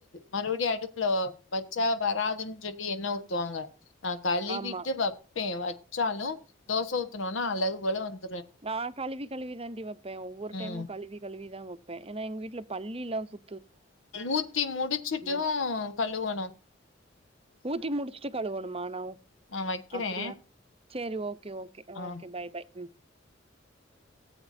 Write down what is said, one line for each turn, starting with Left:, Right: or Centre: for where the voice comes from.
Left: மறுபடியும் அடுப்புல வச்சா வராதுன்னு சொல்லி என்ன ஊத்துவாங்க நான் கழுவிட்டு
Right: ஆமா
Left: வைப்பேன் வ வ ச்சாலும் தோசை ஊத்தனும்னா அழகு போல வந்து
Right: நான் கழுவி கழுவிதாண்டி வைப்பேன் ஒவ்வரு
Left: ம்
Right: டைமும் கழுவி கழுவிதான் வைப்பேன் இருப்பேன் ஏன்னா எங்க வீட்டுல பள்ளி எல்லாம் சு
Left: ஊத்தி முடிச்சுட்டும்
Right: இருக்கு
Left: கழுவணும்
Right: ஊத்தி முடிச்சுட்டு கழுவணுமா ந
Left: நா வைக்கிறே
Right: அப்படியா சரி ஓகே
Left: ஆ
Right: கே பாய் பாய் உம்